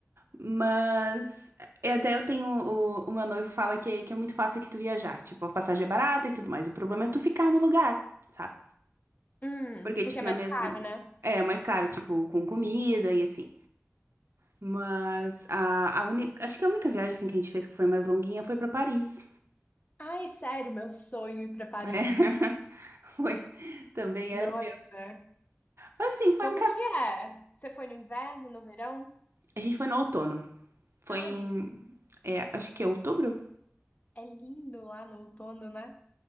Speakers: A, on the right; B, on the left.
A: Mas. é, Até eu tenho. O, o meu noivo fala que, é, que é muito fácil aqui tu viajar. Tipo, a passagem é barata e tudo mais. O problema é tu ficar no lugar, sabe?
B: Hum,
A: Porque,
B: porque
A: tipo,
B: é mais
A: na mesma.
B: caro, né?
A: É é mais caro, tipo, com comida e assim. Mas a, a única. Acho que a única viagem assim, que a gente fez que foi mais longuinha foi pra Paris.
B: Ai, sério, meu sonho é ir para Paris.
A: É, <laughs> foi. Também
B: Nossa,
A: era o meu. Mas, Assim, foi
B: como
A: um bocado.
B: que é? Você foi no inverno, no verão?
A: A gente foi no outono. Foi
B: Ah,
A: em.
B: não.
A: é, acho que é outubro?
B: É lindo lá no outono, né?